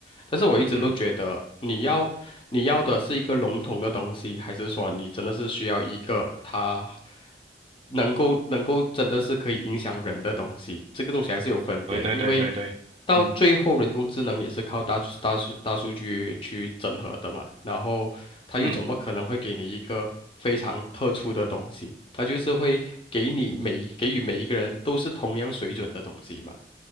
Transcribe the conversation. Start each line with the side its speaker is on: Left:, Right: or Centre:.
Left: 但是我一直都觉得，
Right: 嗯，
Left: 你要你要的是一个笼统的东西，还是说你真的是需要一个它能够能够真的是可以影响人的东西？这个东西还是有分别，
Right: 对对对对对，
Left: 因为到最后人工智能也是靠大数大数大数据去整合的嘛，
Right: 嗯
Left: 然后它又怎么可能会给你一个非常特殊的东西？
Right: 嗯
Left: 它就是会给你每给予每一个人都是同样水准的东西嘛。